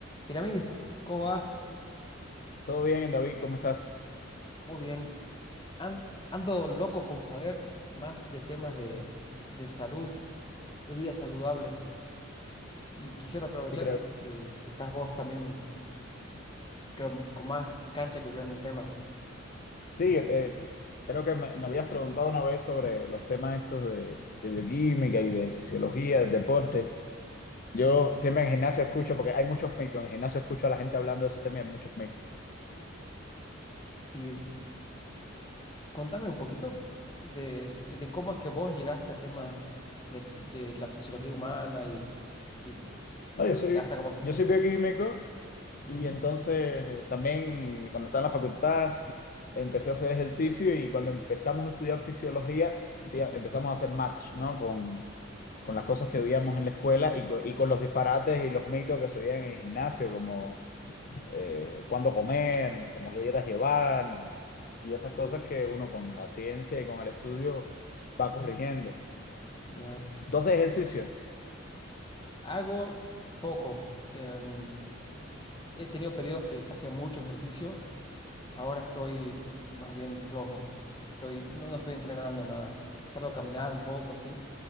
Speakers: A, on the left; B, on the left.
A: Iramis, ¿cómo va?
B: Todo bien, David, ¿cómo estás?
A: Muy bien. An- ando loco con saber más de temas de, de salud, de vida saludable. Y quisiera aprovechar
B: Sí, creo,
A: que, que- que estás vos también, creo, con más cancha que yo en el tema.
B: sí, eh, creo que me, me habías preguntado una vez sobre los temas estos de, de bioquímica y de fisiología, del deporte.
A: Sí.
B: Yo siempre en gimnasio escucho, porque hay muchos mitos, en gimnasio escucho a la gente hablando de esos temas y hay muchos mitos.
A: Y contame un poquito de, de cómo es que vos llegaste a temas de, de la fisiología humana y, y-
B: No,
A: y
B: yo soy,
A: hasta como...
B: yo soy bioquímico
A: Ujú,
B: y entonces también cuando estaba en la facultad empecé a hacer ejercicio y cuando empezamos a estudiar fisiología, sí, empezamos a hacer match, ¿no? con con las cosas que veíamos en la escuela y, co- y con los disparates y los mitos que se veían en el gimnasio, como eh, cuándo comer, como qué dietas llevar y esas cosas que uno con la ciencia y con el estudio va corrigiendo.
A: Ya.
B: Entonces ejercicio?
A: Hago poco. em, he tenido periodos que, que hacía mucho ejercicio. Ahora estoy eh, más bien flojo. Estoy, no, no estoy entrenando nada. Salgo a caminar un poco así.